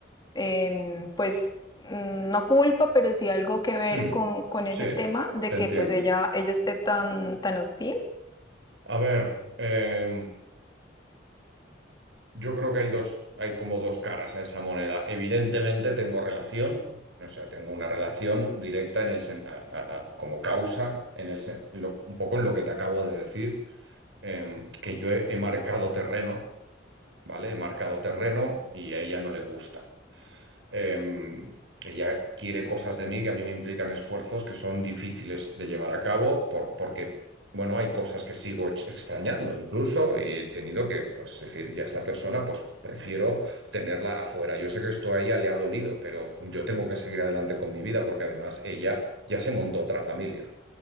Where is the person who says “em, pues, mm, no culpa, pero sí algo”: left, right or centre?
Left